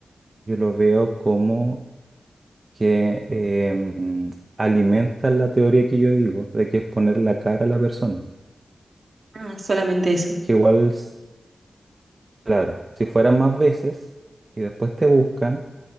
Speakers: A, on the right (about 35°); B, on the right (about 60°).
A: yo lo veo como que em, alimenta la teoría que yo digo de que es poner la cara a la persona,
B: Ah, solamente eso.
A: que igual Claro, si fueran más veces y después te buscan,